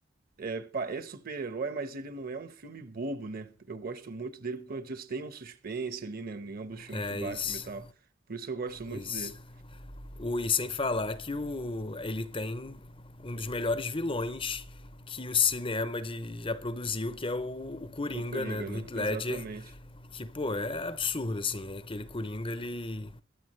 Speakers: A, on the right; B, on the left.
A: é, pa- é super-herói, mas ele não é um filme bobo, né? Eu gosto muito dele porque eu disse, tem um suspense ali, né? Em ambos os filmes
B: É
A: do Batman
B: isso.
A: e tal. Por isso eu gosto muito
B: Isso.
A: dele.
B: O, e sem falar que o, ele tem um dos melhores vilões que o cinema de, já produziu, que é o, o Coringa,
A: O Coringa,
B: né, do
A: né?
B: Heath Ledger,
A: Exatamente.
B: que, pô, é absurdo, assim, né, aquele Coringa, ele,